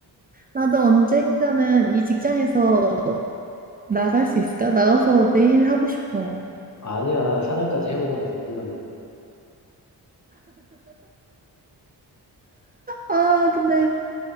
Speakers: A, on the right (about 25°); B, on the left (about 45°).
A: 나도 언젠가는 이 직장에서 나갈 수 있을까? 나가서 내일 하고 싶어.
B: 아니야. 사장까지 해먹어야지. 어딜 가려고.
A: 아, 근데,